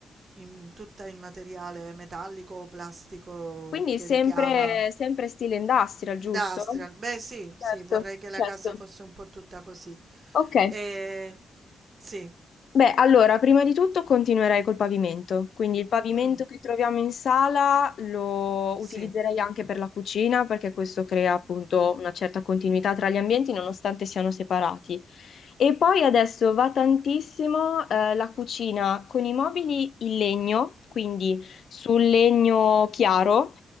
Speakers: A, on the right; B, on the left.
A: in- tutta in materiale metallico o plastico
B: Quindi
A: che
B: sempre,
A: richiama
B: sempre stile industrial, giusto?
A: industrial. Beh, sì, sì,
B: Certo,
A: vorrei che la
B: certo.
A: casa fosse un po' tutta così.
B: Ok,
A: E, sì,
B: beh, allora, prima di tutto continuerei col pavimento, quindi il pavimento
A: mm,
B: che troviamo in sala lo
A: sì.
B: utilizzerei anche per la cucina perché questo crea appunto una certa continuità tra gli ambienti nonostante siano separati. E poi adesso va tantissimo eh, la cucina con i mobili in legno, quindi sul legno chiaro,